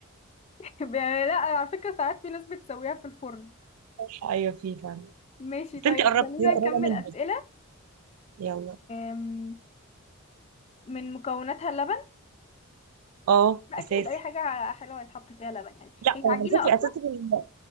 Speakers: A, on the left; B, on the right.
A: <laughs> ب- لا على فكرة ساعات في ناس بتسويها في الفرن
B: بتتحشي ايوه في فعلا
A: ماشي
B: بس
A: طيب
B: انت قربت
A: خلينا
B: هي
A: نكمل
B: قريبه منها
A: أسئلة
B: يلا
A: آم، من مكوناتها اللبن
B: اه
A: أكيد
B: اساسي
A: أي حاجة حلوة يتحط فيها لبن يعني
B: لا
A: هي عجينة
B: اساسي
A: أصلا
B: اساسي في ال-